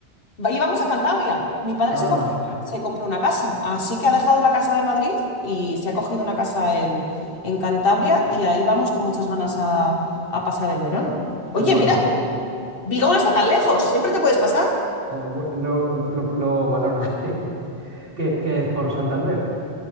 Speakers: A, on the left (about 60°); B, on the right (about 60°).
A: Va- Íbamos a Cantabria. Mi padre
B: Ah,
A: se compró, se compró una casa, así que ha dejado la casa de Madrid y se ha cogido una casa en, en Cantabria y ahí vamos con muchas ganas a, a pasar el verano. Oye,
B: qué bueno.
A: mira,
B: es-
A: Vigo no está tan lejos, siempre te puedes pasar.
B: eh, bu- lo, lo, lo valora. <laughs> ¿Qué, qué es por Santander?